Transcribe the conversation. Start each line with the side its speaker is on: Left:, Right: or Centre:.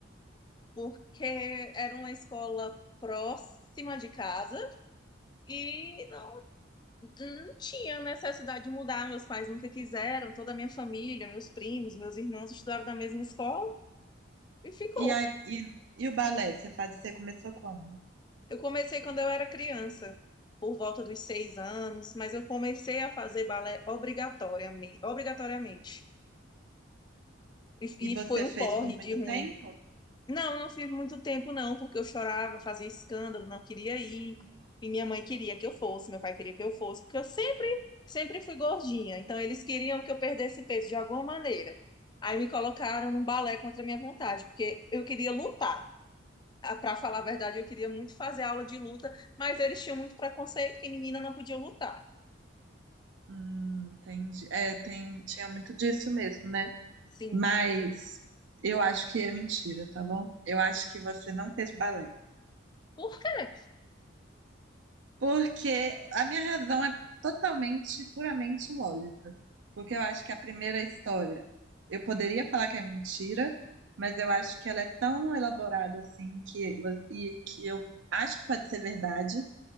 Left: Porque era uma escola próxima de casa e não, não tinha necessidade de mudar. Meus pais nunca quiseram, toda a minha família, meus primos, meus irmãos estudaram na mesma escola e ficou.
Right: E, aí, e, e o balé, você faz, você começou quando?
Left: Eu comecei quando eu era criança, por volta dos seis anos, mas eu comecei a fazer balé obrigatoriamente, obrigatoriamente. E,
Right: E você
Left: e foi um
Right: fez
Left: porre
Right: por
Left: de
Right: muito
Left: ruim,
Right: tempo?
Left: Não, não fiz muito tempo, não, porque eu chorava, fazia escândalo, não queria ir. E minha mãe queria que eu fosse, meu pai queria que eu fosse, porque eu sempre, sempre fui gordinha. Então, eles queriam que eu perdesse peso de alguma maneira. Aí me colocaram no balé contra a minha vontade, porque eu queria lutar. Para falar a verdade, eu queria muito fazer aula de luta, mas eles tinham muito preconceito que menina não podia lutar.
Right: Hum, entendi. É, tem, tinha muito disso mesmo, né?
Left: Sim.
Right: Mas eu acho que é mentira, tá bom? Eu acho que você não fez balé.
Left: Por quê?
Right: Porque a minha razão é totalmente, puramente lógica. Porque eu acho que a primeira história, eu poderia falar que é mentira, mas eu acho que ela é tão elaborada assim que e que eu acho que pode ser verdade.